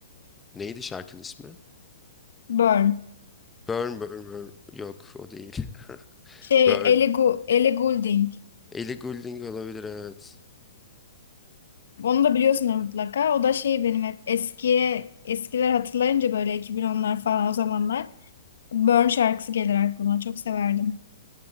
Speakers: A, in the centre; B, on the left.
A: Neydi şarkının ismi?
B: Burn.
A: Burn Burn Burn. Yok o değil. <laughs>
B: Şey
A: Burn.
B: Ellie, Gu- Ellie Goulding.
A: Ellie Goulding olabilir evet.
B: Onu da biliyorsunuz mutlaka. O da şey benim hep eskiye eskiler hatırlayınca böyle iki bin onlar falan o zamanlar. Burn şarkısı gelir aklıma. Çok severdim.